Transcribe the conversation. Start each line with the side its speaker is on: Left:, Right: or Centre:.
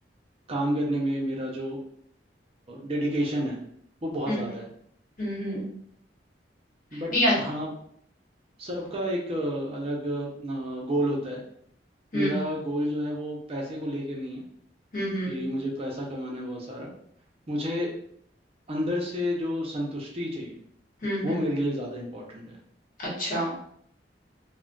Right: काम करने में मेरा जो डेडिकेशन है वो बहुत
Left: हम्म
Right: ज़्यादा है
Left: हम्म हम्म। हम्म।
Right: बट
Left: नहीं अ-
Right: हाँ सबका एक अ, अलग गोल होता है
Left: हम्म
Right: मेरा गोल जो है वो पैसे को लेके नहीं है
Left: हम्म हम्म
Right: कि मुझे पैसा कमाना है बहुत सारा मुझे अंदर से जो संतुष्टि चाहिए
Left: हम्म
Right: वो
Left: हम्म, हम्म,
Right: मेरे लिए ज़्यादा इम्पोर्टेंट है
Left: अच्छा